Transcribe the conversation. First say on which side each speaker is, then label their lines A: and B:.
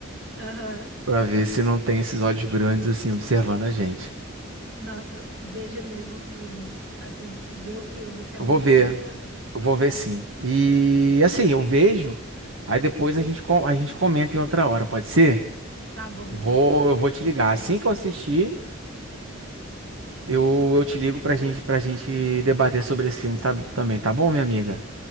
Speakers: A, on the right; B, on the right.
A: Aham.
B: para ver se não tem esses olhos grandes assim observando a gente.
A: Nossa, veja mesmo o filme. Assim, vê o filme, que é
B: Vou
A: muito,
B: ver,
A: muito legal.
B: eu vou ver sim. E assim, eu vejo, aí depois a gente, com- a gente comenta em outra hora, pode ser?
A: Tá bom,
B: Vou, eu vou te
A: tudo
B: ligar
A: bem.
B: assim que eu assistir. Eu, eu te ligo pra gente, pra gente debater sobre esse filme tá- também, tá bom, minha amiga?